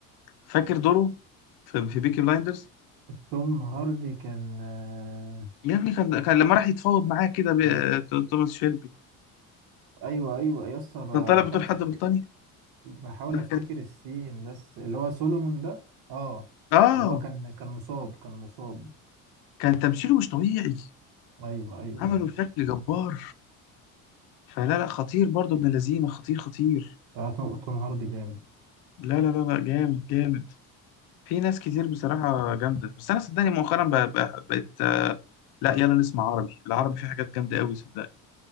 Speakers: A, on the left; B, on the right.
A: فاكر دوره في, في بيكي بلايندرز
B: توم هاردي كان آه،
A: يا ابني كان, كان لما راح يتفاوض معاه كده ب-
B: كان
A: ت- توماس شيلبي
B: ايوه ايوه يا اسطى ب-
A: كان طالع
B: بحاول
A: بدور حد
B: افتكر
A: بريطاني
B: بحاول
A: ده
B: افتكر
A: كان
B: السين بس اللي هو سولومون ده اه
A: اه
B: اللي هو كان كان مصاب كان مصاب
A: كان تمثيله مش طبيعي
B: ايوه ايوه
A: عمله
B: ايوه
A: بشكل جبار فلا لا خطير برضو ابن الذين خطير خطير
B: آه، توم توم هاردي جامد
A: لا لا لا لا جامد جامد في ناس كتير بصراحة جامدة بس أنا صدقني مؤخرا بقى بقى بقيت آه، لا يلا نسمع عربي العربي فيه حاجات جامدة قوي صدقني